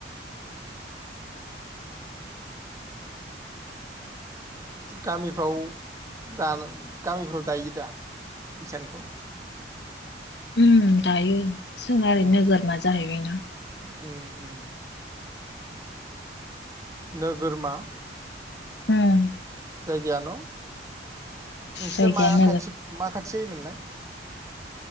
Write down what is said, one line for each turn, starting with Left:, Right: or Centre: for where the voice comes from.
Right: गामिफ्राव दा गामिफ्राव दायो दा इसानखौ
Left: उम दायो जों ओरै
Right: उम
Left: नोगोरमा जाहैबायना
Right: उम उम नोगोरमा
Left: उम।
Right: जायगाय न'नोंसिना
Left: जायगाया
Right: मा
Left: नोगोर
Right: खाथि मा खाथि जायोमोनलाय